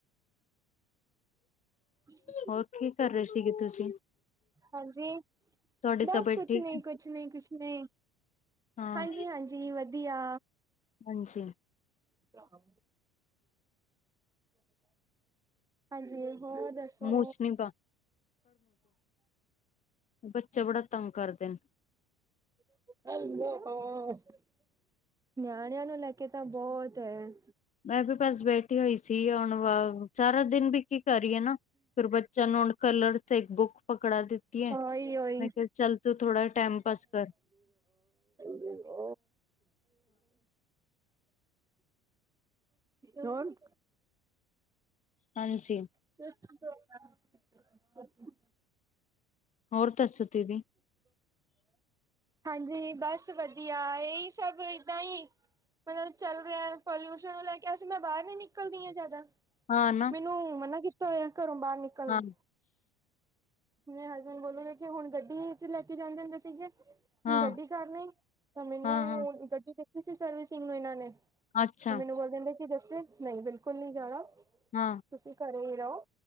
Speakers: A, on the right; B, on the left.
A: ਹਾਂ।
B: ਹੋਰ ਕੀ ਕਰ ਰਹੇ ਸੀਗੇ ਤੁਸੀਂ।
A: ਹਾਂਜੀ
B: ਤੁਹਾਡੀ
A: ਬਸ
B: ਤਬੀਅਤ
A: ਕੁਛ
B: ਠੀਕ
A: ਨੀ
B: ਹੈ
A: ਕੁਛ। ਕੁਛ ਨੇ ਕੁਛ ਨੇ
B: ਹਾਂ
A: ਹਾਂਜੀ ਹਾਂਜੀ ਵਧੀਆ।
B: ਹਾਂਜੀ।
A: ਤਾਂ ਹਾਂਜੀ ਹੋਰ ਦੱਸੋ?
B: ਮੂਛ ਨੀ ਪਾ ਬੱਚਾ ਬੜਾ ਤੰਗ ਕਰਦੇ ਨੇ।
A: <inaudible> ਨਿਆਣਿਆਂ ਨੂੰ ਲੈ ਕੇ ਤਾਂ ਬਹੁਤ ਹੈ।
B: ਮੈਂ ਵੀ ਬਸ ਬੈਠ ਟੀ ਹੋਈ ਸੀ ਹੁਣ ਵ ਸਾਰਾ ਦਿਨ ਵੀ ਕੀ ਕਰੀਏ ਨਾ ਫਿਰ ਬੱਚਿਆਂ ਨੂੰ ਹੁਣ ਕਲਰ ਇੱਕ ਬੁੱਕ ਪਕੜਾ ਦਿੱਤੀ ਹੈ
A: ਉਹੀ, ਉਹੀ
B: ਮੈਂ ਕਿਹਾ ਚੱਲ ਤੂੰ ਥੋੜਾ ਟਾਈਮ ਪਾਸ ਕਰ
A: <inaudible> ਹੋਰ?
B: ਹਾਂਜੀ।
A: <inaudible>
B: ਹੋਰ ਤਰਸਤ ਦੀ
A: ਹਾਂਜੀ ਬਸ ਵਧੀਆ ਇਹੀ ਸਭ ਏਦਾਂ ਹੀ। ਮਤਲਬ ਚੱਲ ਰਿਹਾ ਪੋਲਿਊਸ਼ਨ ਨੂੰ ਲੈ ਕੇ ਅਸੀਂ ਮੈਂ ਬਾਹਰ ਨ ਨਿਕਲਦੀ ਹਾਂ ਜਿਆਦਾ।
B: ਹਾਂ ਨਾ।
A: ਨ ਮਨਨਾ ਕੀਤਾ ਹੋਇਆ ਘਰੋਂ ਬਾਹਰ ਨਿਕਲਣ
B: ਹਾਂ
A: ਆਪਣੇ ਹਸਬੈਂਡ ਬੋਲੋਗੇ ਕਿ ਹੁਣ ਗੱਡੀ ਚ ਲੈ ਕੇ ਜਾਂਦੇ ਹੁੰਦੇ ਸੀਗੇ।
B: ਹਾਂ
A: ਗੱਡੀ ਕਰਨ ਤਾਂ ਮੈਨੂੰ
B: ਹਾਂ ਹਾਂ
A: ਗੱਡੀ ਦਿੱਤੀ ਸੀ ਸਰਵਿਸਿੰਗ ਨੂੰ ਇਹਨਾਂ ਨੇ।
B: ਅੱਛਾ
A: ਮੈਨੂੰ ਬੋਲ ਦਿੰਦਾ ਕਿ ਜਸਵੀਰ ਨਹੀਂ ਬਿਲਕੁਲ ਨਹੀਂ ਜਾਣਾ।
B: ਹਾਂ।
A: ਤੁਸੀਂ ਘਰੇ ਹੀ ਰਹੋ